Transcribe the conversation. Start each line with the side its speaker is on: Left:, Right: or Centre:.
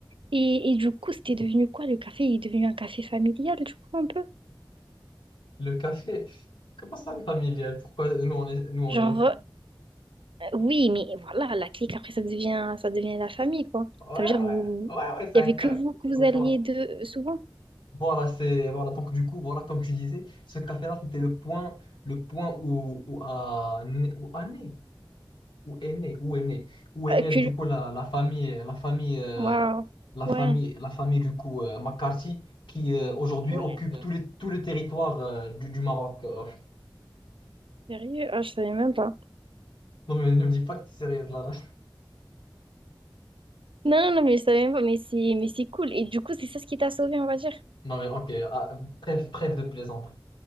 Right: Et, et du coup, c'était devenu quoi le café? Il est devenu un café familial, du coup, un peu?
Left: Le café, comment ça familial? Pourquoi nous on est, nous on
Right: Genre,
Left: est une famille?
Right: euh, oui, mais voilà, la clique, après, ça devient, ça devient la famille, quoi.
Left: Ouais,
Right: Ça veut dire
Left: ouais,
Right: que vous,
Left: ouais, ouais, c'est
Right: il y
Left: un
Right: avait
Left: cas
Right: que vous que vous
Left: au
Right: alliez
Left: Voilà,
Right: de souvent.
Left: Voilà, c'est, voilà, donc du coup, voilà, comme tu disais, ce café-là, c'était le point, le point où, où a né, où a né. Où est né? Où est né? Où est
Right: Euh,
Left: née,
Right: que...
Left: du coup, la, la famille, la famille, euh,
Right: Waouh.
Left: la famille,
Right: Ouais,
Left: la famille, du coup, euh, McCarthy, qui euh, aujourd'hui
Right: ouais.
Left: occupe tout le, tout le territoire euh, du, du Maroc. euh.
Right: Sérieux? Ah, je savais même pas.
Left: Non, mais ne me dis pas que tu es sérieuse là. là.
Right: Non, non, non, mais je savais même pas, mais c'est, mais c'est cool. Et du coup, c'est ça ce qui t'a sauvé, on va dire.
Left: Non, mais ok, ah, bref, bref de plaisanter.